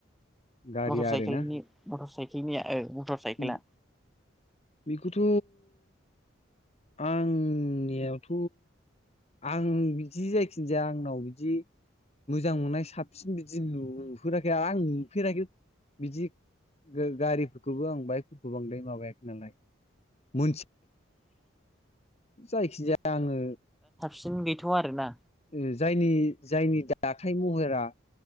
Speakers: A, on the left; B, in the centre.
A: गारिया
B: मथ'र साइखेलनि
A: आरोना
B: मथर साइखेलनिया ओ मथ'र साइकेला
A: उम बेखौथ' आंनियावथ' आं बिदि जायखिन्जाया आंनाव बिदि मोजां मोननाय साबसिन बिदि नुफेराखै आं नुफेराखै बिदि गो गारिफोरखौबो आं बाइकफोरखौ बांद्राय माबायाखै नालाय मोनथि जायखिजाया आङो
B: सिन गैथ'आ आरोना
A: ओ जायनि जायनि दाथाय महोरा